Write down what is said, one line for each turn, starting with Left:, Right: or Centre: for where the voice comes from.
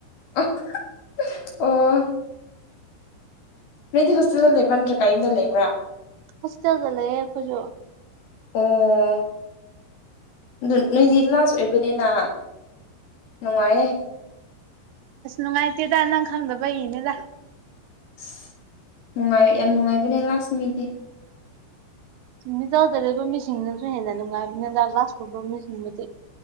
Left: <unintelligible> ꯑꯣ ꯅꯣꯏꯗꯤ ꯍꯣꯁꯇꯦꯜꯗ ꯂꯩꯕ ꯅꯗ꯭ꯔꯦꯀꯥ ꯌꯨꯝꯗ ꯂꯩꯕ꯭ꯔꯥ
Right: ꯍꯣꯁꯇꯦꯜꯗꯂ ꯑꯦꯦ ꯈꯁꯨꯣ
Left: ꯑꯣ ꯑꯗꯨ ꯅꯣꯏꯗꯤ ꯂꯥꯁ ꯑꯣꯏꯕꯅꯤꯅ ꯅꯨꯡꯉꯥꯏꯌꯦꯦ
Right: ꯑꯁ ꯅꯨꯡꯉꯥꯏꯇꯦꯗ ꯅꯪ ꯈꯪꯗꯕꯩꯏꯅꯦꯗ
Left: ꯑꯁ ꯅꯨꯡꯉꯥꯏ ꯌꯥꯝ ꯅꯨꯡꯉꯥꯏꯕꯅꯦ ꯂꯥꯁ ꯃꯤꯗꯤ
Right: ꯁꯨꯝ ꯃꯤꯇꯜꯗ ꯂꯩꯕ ꯃꯤꯁꯤꯡꯅꯁꯨ ꯍꯦꯟꯅ ꯅꯨꯡꯉꯥꯏꯕꯅꯤꯗ ꯒ꯭ꯂꯥꯁꯀꯨꯝꯕ ꯃꯤꯁꯤꯡꯕꯨꯗꯤ